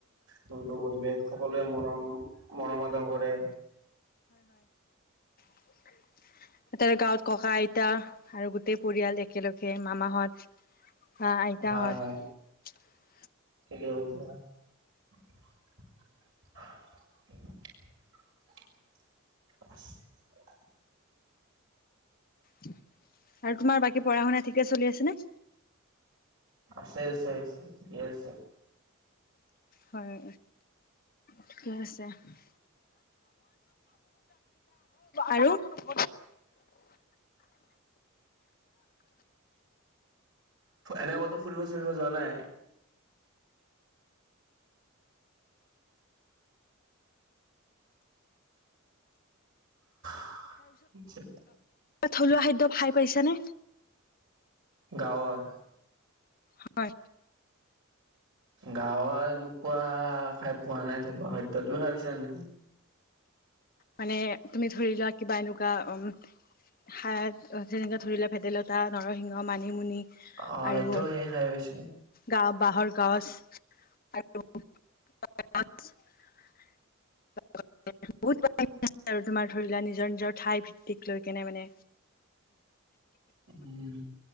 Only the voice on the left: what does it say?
<inaudible> এটা গাঁৱত ককা আইতা আৰু গোটেই পৰিয়াল একেলগে মামাহত আইতাহঁত
আৰু তোমাৰ বাকী পঢ়া শুনা ঠিকে চলি আছে নে?
হয়, ঠিকে আছে। <unintelligible> আৰু <inaudible>
কিবা থলুৱা খাদ্য খাই পাইছানে?
হয়।
মানে তুমি ধৰি লোৱা কিবা এনেকুৱা উম শাক যেনেকে ধৰি লোৱা ভেদাইলতা, নৰসিংহ, মানিমুনি
আৰু
গাব বাঁহৰ গাজ আৰু <unintelligible> <unintelligible> আৰু তোমাৰ ধৰি লোৱা নিজৰ নিজৰ ঠাই ভিত্তিক লৈ কেনে মানে।